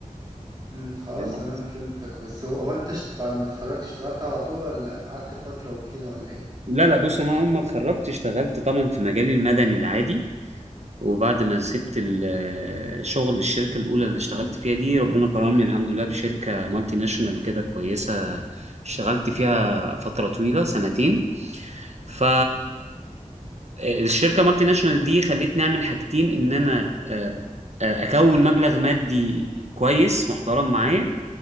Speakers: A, on the right (about 30°); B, on the right (about 55°).
A: امم خلاص
B: يعني
A: تمام فهمتك بس هو, هو انت اشت- بعد ما اتخرجت اشتغلت على طول ولا قعدت فترة وكده ولا ايه؟
B: لا لا بص انا اول ما اتخرجت اشتغلت طبعا في مجالي المدني العادي وبعد ما سبت الشغل الشركة الأولى اللي
A: امم
B: اشتغلت فيها دي ربنا كرمني الحمد لله بشركة مالتي ناشونال كده كويسة اشتغلت فيها فترة طويلة سنتين ف الشركة مالتي ناشونال دي خلتني أعمل حاجتين إن أنا آه، آه، أكون مبلغ مادي كويس محترم معايا